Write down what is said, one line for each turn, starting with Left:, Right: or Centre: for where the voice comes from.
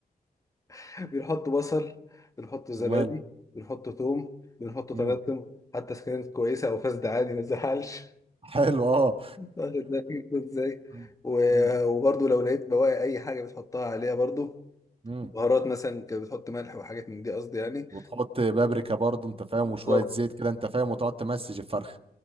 Left: <laughs> بنحط بصل بنحط زبادي
Right: ومال
Left: بنحط توم بنحط طماطم
Right: مم.
Left: حتى اذا كانت كويسه او فاسده عادي ما تزعلش
Right: حلو اه
Left: <laughs> واخد بالك ازاي
Right: <laughs>
Left: و-
Right: مم.
Left: وبرضو لو لقيت بواقي اي حاجه بتحطها عليها برضو
Right: مم.
Left: بهارات مثلا كنت بتحط ملح وحاجات من دي قصدي يعني
Right: وتحط بابريكا برضه انت فاهم
Left: بالظبط
Right: وشويه زيت كده انت فاهم وتقعد تمسج الفرخه